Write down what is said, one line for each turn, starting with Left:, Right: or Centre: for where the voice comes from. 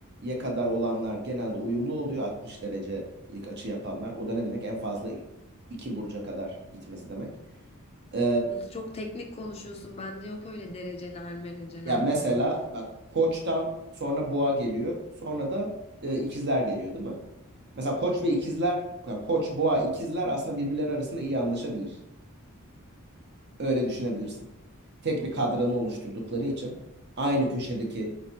Right: kadar olanlar genelde uyumlu oluyor. 60 derecelik açı yapanlar. O da ne demek? En fazla iki burca kadar gitmesi demek. E,
Left: Çok teknik konuşuyorsun. Bende yok öyle dereceler, mereceler
Right: Ya mesela
Left: falan.
Right: bak Koç'tan sonra Boğa geliyor. Sonra da e, ikizler geliyor değil mi? Mesela Koç ve ikizler, yani Koç, Boğa, ikizler aslında birbirleri arasında iyi anlaşabilir. Öyle düşünebilirsin. Tek bir kadranı oluşturdukları için aynı köşedeki